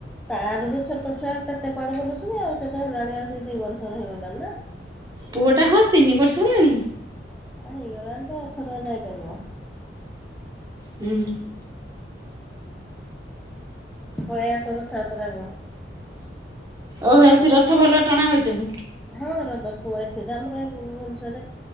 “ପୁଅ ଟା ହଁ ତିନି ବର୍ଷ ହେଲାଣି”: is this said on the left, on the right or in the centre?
Right